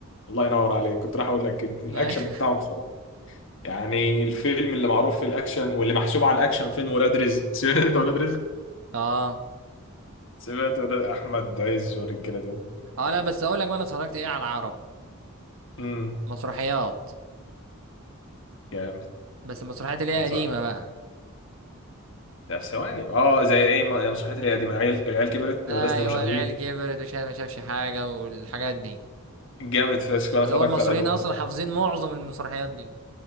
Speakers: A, on the left; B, on the right.
A: الله ينور عليك كنت راح أقول لك كده الأكشن
B: أيوة.
A: بتاعهم خرا يعني الفيلم اللي معروف في الأكشن واللي محسوب على الأكشن فيلم ولاد رزق <laughs> سمعت أنت ولاد رزق؟
B: اه
A: سمعت ولاد أحمد عز والرجالة دول
B: اه لا بس اقول لك بقى انا اتفرجت ايه على العرب
A: امم
B: مسرحيات
A: جامد
B: بس المسرحيات اللي هي
A: مسرح
B: قديمة بقى
A: طب ثواني اه زي ايه م- مسرحيات اللي هي دي من العيال العيال كبرت
B: ايوه
A: مدرسة المشاغبين
B: العيال كبرت وشاف ما شافش حاجة والحاجات دي
A: جامد فشخ انا
B: اللي
A: اتفرجت
B: هو المصريين
A: على دول
B: اصلا حافظين معظم المسرحيات دي